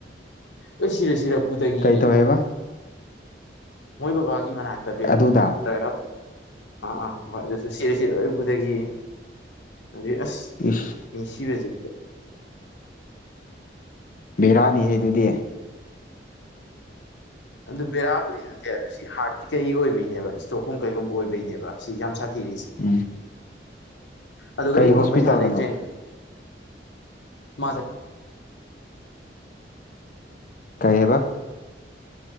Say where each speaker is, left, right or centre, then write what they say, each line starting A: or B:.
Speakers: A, on the left; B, on the left.
A: ꯑꯣꯏ ꯁꯤꯔꯦ ꯁꯤꯔꯄꯗꯒꯤ
B: ꯀꯩ ꯇꯧꯋꯦꯕ
A: ꯃꯣꯏ ꯕꯕꯥꯒꯤ ꯃꯅꯥꯛꯇꯠꯇ
B: ꯑꯗꯨꯗ
A: ꯑꯥ ꯑꯥ ꯍꯣꯏ ꯑꯗꯨꯁꯨ ꯁꯤꯔ ꯁꯤ ꯂꯣꯏꯕꯗꯒꯤ ꯑꯗꯨꯩ ꯑꯁ
B: ꯏꯁ
A: ꯃꯤ ꯁꯤꯕꯕꯁꯤ
B: ꯕꯤꯦꯔꯥꯅꯤ ꯍꯥꯏ ꯑꯗꯨꯗꯤ
A: ꯑꯗꯨ ꯕꯦꯔꯥꯕꯨꯨꯗꯤ ꯅꯠꯇꯦ ꯑꯗꯨ ꯁꯤ ꯍꯥꯔꯠꯁꯤꯤ ꯀꯩ ꯑꯣꯏꯕꯩꯅꯦꯕ ꯏꯁꯇ꯭ꯔꯣꯛꯀꯨꯝ ꯀꯩꯒꯨꯝꯕ ꯑꯣꯏꯕꯩꯅꯦꯕ ꯁꯤ ꯌꯥꯝ ꯁꯥ ꯊꯤꯔꯤꯁꯦ
B: ꯎꯝ
A: ꯑꯗꯨ
B: ꯀꯩ
A: ꯀꯩꯒꯨꯝꯕ
B: ꯍꯣꯁꯄꯤꯇꯥꯜꯗꯅꯣ
A: ꯄꯩꯁꯥ ꯂꯩꯇ꯭ꯔꯦꯒ ꯃꯥꯗ
B: ꯀꯥꯏꯍꯦꯕ